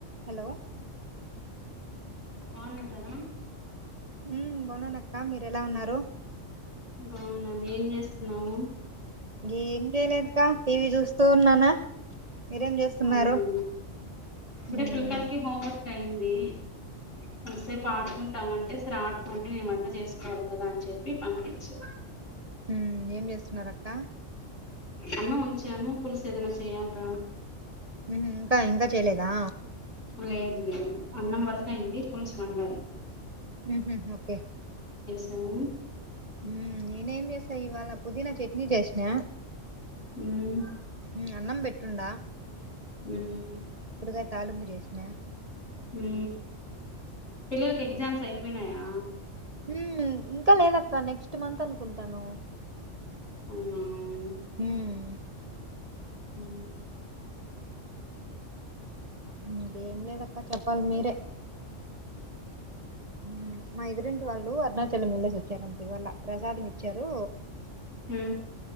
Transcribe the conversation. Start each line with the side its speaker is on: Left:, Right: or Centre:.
Right: Hello
Left: పాలు తాగుతారా
Right: ఉమ్ బావున్న అక్క మీరు ఎలా ఉన్నారు
Left: బాగున్నాను ఏం చేస్తున్నావు
Right: ఏం చేయలేదు అక్క టీవీ చూస్తూ ఉన్నానా మీరేం చేస్తున్నారు
Left: అవునా అంటే
Right: ఉమ్
Left: పిల్లకాయలకి హోం వర్క్ అయింది కొంతసేపు ఆడుకుంట ంటామంటే సరే ఆడుకోండి నే వంట చేసుకోవాలి కదా అని చెప్పి పంపించా
Right: ఉమ్ ఏం చేస్తున్నారు అక్క
Left: అన్నం ఉంచాను పులుసు ఏదైనా చేయేదాం
Right: ఉహుమ్ ఇంకా ఇంకా చేయలేదా
Left: లేదు లేదు అన్నం వరక అయింది పులుసు వండాలి
Right: ఊహు ఓకే
Left: హలో
Right: హ్మ్మ్ నేనేం చేసా ఇవాళ పుదీనా చట్నీ చేసినా
Left: మ్మ్
Right: ఉ అన్నం పెట్టుండ
Left: మ్మ్
Right: కట్ తాలిపు చేసిన
Left: ఉ పిల్లలకి ఎగ్జామ్స్ అయిపోయినాయా
Right: ఉ ఇంకా లేదక్క నెక్స్ట్ మంత్ అనుకుంటాను
Left: అవునా
Right: హమ్
Left: హమ్
Right: హ ఏంలేదాక్క చెప్పాల మీరే ఉ మా ఎదురింటి వాళ్ళు అరుణాచలం వెళ్ళేసి వచ్చారండి ప్రసాదం ఇచ్చారు
Left: హ